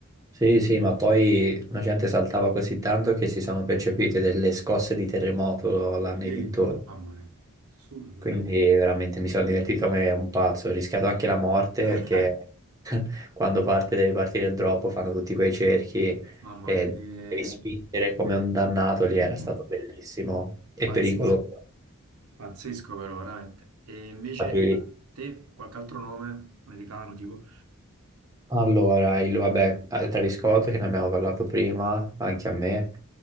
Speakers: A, on the right; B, on the right.
A: Sì, sì, ma poi la gente saltava così tanto che si sono percepite delle scosse di terremoto là
B: Sì,
A: nei dintorni.
B: mamma mia, assurdo.
A: Quindi veramente mi sono divertito come un pazzo, ho rischiato anche la morte
B: <laughs>
A: perché <laughs> quando parte deve partire il drop fanno tutti quei cerchi
B: Mamma
A: e
B: mia, che...
A: devi spingere come un dannato
B: <laughs>
A: lì, era stato bellissimo e
B: pazzesco,
A: pericoloso
B: pazzesco però, veramente. E invece
A: anche.
B: te, qualche altro nome americano, tipo,
A: Allora, il, vabbè, eh, Travis Scott che ne abbiamo parlato prima, anche a me,